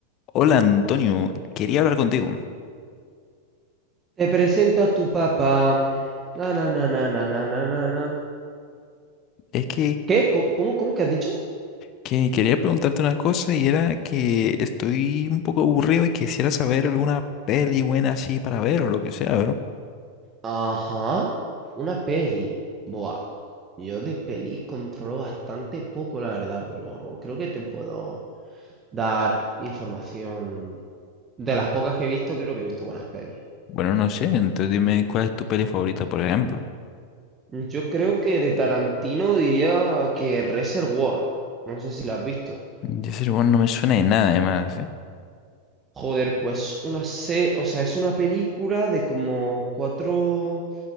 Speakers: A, on the left (about 35°); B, on the right (about 20°).
A: Hola Antonio, quería hablar contigo.
B: Te presento a tu papá. Na, na, na, na, na, na, na, na, na.
A: Es que,
B: ¿Qué? ¿Cómo, cómo, cómo que has dicho?
A: que quería preguntarte una cosa y era que estoy un poco aburrido y quisiera saber alguna peli buena así para ver o lo que sea, ¿verdad?
B: Ajá, una peli. Buah, yo de pelis controlo bastante poco, la verdad, pero creo que te puedo dar información. De las pocas que he visto, creo que he visto buenas pelis.
A: Bueno, no sé, entonces dime cuál es tu peli favorita, por ejemplo.
B: Yo creo que de Tarantino diría que Reservoir. No sé si la has visto.
A: De ese bueno, no me suena de nada además, ¿eh?
B: Joder, pues una se, o sea, es una película de como cuatro